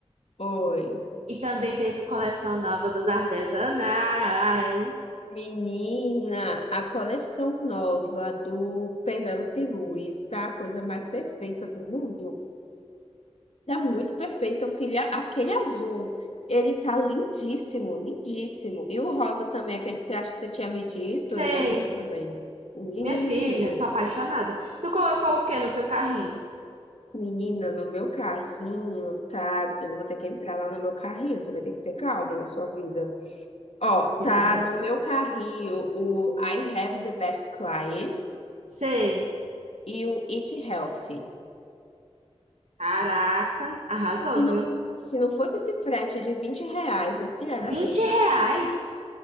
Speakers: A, on the left; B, on the right.
A: Oi.
B: e também teve coleção nova dos artesanais.
A: Menina, a coleção nova do Penélope Luiz tá a coisa mais perfeita do mundo. Tá muito perfeito. Eu queria aquele azul. Ele tá lindíssimo, lindíssimo. E o rosa também, aquele que você acha que você tinha me dito,
B: Sei.
A: ele é lindo também. Lindo,
B: Minha filha,
A: lindo, lindo.
B: tô apaixonada. Tu colocou o que no teu carrinho?
A: Menina, no meu carrinho, tá? Eu vou ter que entrar lá no meu carrinho. Você vai ter que ter calma na sua vida. Ó, tá
B: <laughs>
A: no meu carrinho o I Have the Best Clients
B: Sei.
A: e o Eat Healthy.
B: Caraca, arrasou,
A: Se não,
B: viu?
A: se não fosse esse frete de 20 reais, minha filha era
B: vinte
A: dentro.
B: reais?
A: ah,